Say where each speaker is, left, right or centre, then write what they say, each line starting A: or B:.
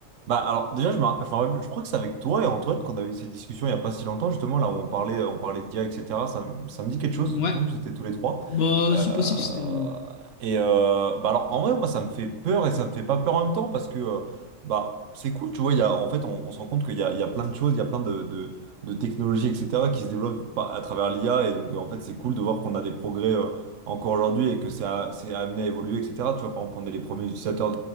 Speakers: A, on the right; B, on the left.
A: Bah alors déjà je, me ra- je, me rappelle- je crois que c'est avec toi et Antoine qu'on avait eu cette discussion il n'y a pas si longtemps justement là où on parlait euh, on parlait de d'IA etc ça, me- ça me dit quelque chose
B: Ouais,
A: il me semble que c'était tous les trois
B: bah,
A: Euh,
B: c'est possible, c'était moi.
A: et euh, bah alors en vrai moi ça me fait peur et ça me fait pas peur en même temps parce que euh, bah c'est cool tu vois il y a, en fait on, on se rend compte qu'il y a, il y a plein de choses il y a plein de, de, de technologies etc qui se développent pas- à travers l'IA et donc euh, en fait c'est cool de voir qu'on a des progrès euh, encore aujourd'hui et que ça c'est amené à évoluer etc tu vois par exemple on est les premiers utilisateurs